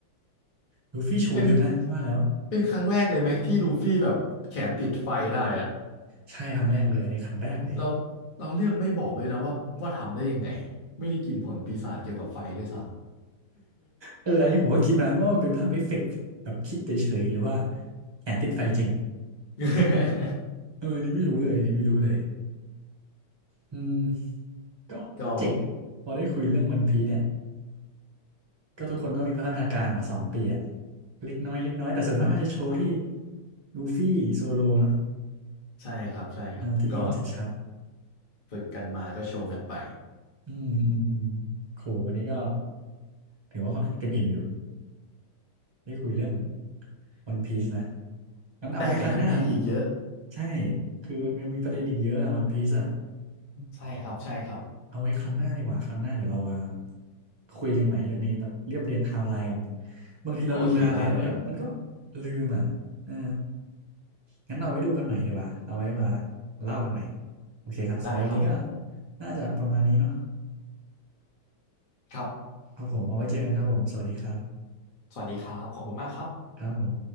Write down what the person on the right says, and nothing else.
ลูฟี่โชว์เยอะนะว่าแล้ว
ใช่ครั้งแรกเลยอันนี้ครั้งแรกเลย
เอออันนี้ผมก็คิดนะว่ามันเป็นภาพเอฟเฟกต์แบบคิดเฉยๆหรือว่าแขนติดไฟจริง
เอออันนี่ไม่รู้เลยอันนี่ไม่รู้เลยอืม ก็ก็เจ๋งอะพอได้คุยเรื่องวันพีซเนี่ย
ก็ทุกคนก็มีพัฒนาการอ่ะสองปีอ่ะเล็กน้อยเล็กน้อยแต่ส่วนมากมันจะโชว์ที่ลูฟี่โซโลเนาะ
เออที่เห็นชัด
ๆอืมอืมอืมโหวันนี้ก็ถือว่าค่อนข้างเต็มอิ่มอยู่ได้คุยเรื่องวันพีซนะงั้นเอาไว้ครั้งหน้า
ใช่คือมันยังมีประเด็นอีกเยอะอ่ะวันพีซอ่ะ
เอาไว้ครั้งหน้าดีกว่าครั้งหน้าเดี๋ยวเรามาคุยกันใหม่เรื่องนี้มาเรียบเรียงไทม์ไลน์กันบางทีเราดูนานแล้วมันก็มันก็
ลืมอ่ะเอองั้นเอาไว้ดูกันใหม่ดีกว่าเอาไว้มาเล่ากันใหม่โอเคครับสำหรับวันนี้ก็
น่าจะประมาณนี้เนาะ
ครับผมเอาไว้เจอกันครับผมสวัสดีครับ
ครับผม